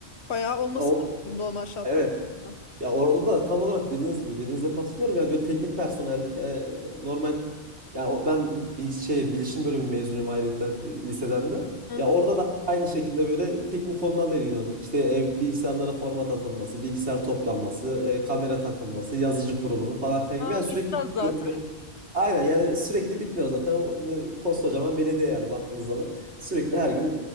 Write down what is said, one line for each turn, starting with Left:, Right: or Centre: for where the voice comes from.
Left: bayağı olması
Right: o
Left: lazım normal şartlar
Right: evet
Left: altında.
Right: Ya orada da tam olarak dediğiniz gibi dediğinize katılıyorum. Yani böyle teknik personeldik. Yani normal ya o, ben bir şey bilişim bölümü mezunuyum ayrıca liseden de.
Left: Hı
Right: Ya
Left: hı.
Right: orada da aynı şekilde böyle teknik konularla ilgileniyorduk. İşte e, bilgisayarlara format atılması, bilgisayar toplanması, e, kamera takılması, yazıcı kurulumu falan filan gibi.
Left: Aa,
Right: Yani sürekli
Left: bitmez zaten.
Right: yo- yo- Aynen yani sürekli bitmiyor zaten. O, e, Koskocaman belediye yani baktığınız zaman. Sürekli her gün